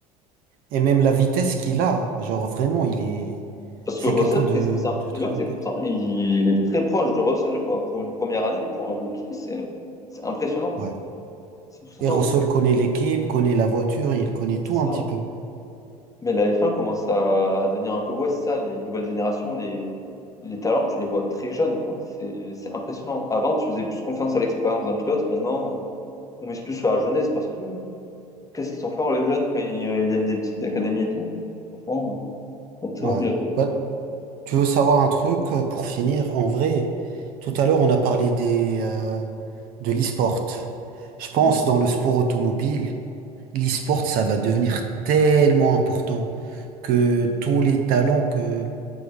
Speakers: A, on the right; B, on the left.
A: Et même la vitesse qu'il a, genre vraiment, il est...
B: Parce
A: C'est
B: que Russell,
A: quelqu'un de,
B: qu'est-ce que c'est un bon
A: de
B: pilote?
A: très rapide.
B: Et pourtant, il est très proche de Russell, quoi. Pour une première année, pour un rookie, c'est c'est impressionnant.
A: Ouais.
B: C'est tout
A: Aerosol
B: ça,
A: connaît l'équipe, connaît la voiture, il connaît tout
B: c'est
A: un
B: ça.
A: petit peu.
B: Mais la F1 commence à devenir un peu, ouais, c'est ça, les nouvelles générations, les, les talents, tu les vois très jeunes, quoi. C'est c'est impressionnant. Avant, tu faisais plus confiance à l'expérience d'un pilote. Maintenant, euh, on mise plus sur la jeunesse parce que qu'est-ce qu'ils sont forts, les jeunes, quand ils, ils viennent des petites académies et tout. Franchement, euh, c'est un très
A: Ouais.
B: bon pilote.
A: Bah, tu veux savoir un truc euh, pour finir? En vrai, tout à l'heure, on a parlé des, euh, de l'e-sport. Je pense
B: Mm.
A: dans le sport automobile, l'e-sport, ça va devenir tellement important que tous les talents que